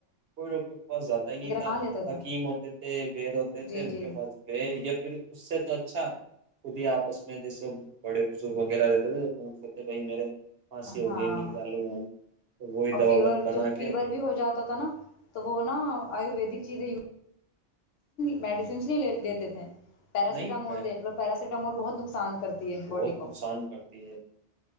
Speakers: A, on the right; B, on the left.
A: کوئی ڈاکٹر کے پاس جاتا ہی نہیں تھا
B: کہاں لیتے تھے
A: حکیم ہوتے تھے وید ہوتے تھے
B: جی
A: ان
B: جی
A: کے پاس گئے یا پھر اس سے تو اچھا خود ہی آپس میں جیسے بڑے بزرگ وغیرہ رہتے تھے بھ میرے پھانسی ہو
B: ہاں
A: گئی میں کیا لوں ہوں تو وہی
B: اور
A: دوا
B: فیور
A: بنا
B: جو فیور
A: کے
B: بھی ہو جاتا تھا نا تو وہ نا آیورویدک چیزیں میڈیسنس نہیںے لیتے تھے پیراسیٹامول
A: نہیں پہ
B: دیک لو پا مول بہت نقصان کرتی ہے
A: بہت
B: باڈی کو
A: نقصان کرتی ہے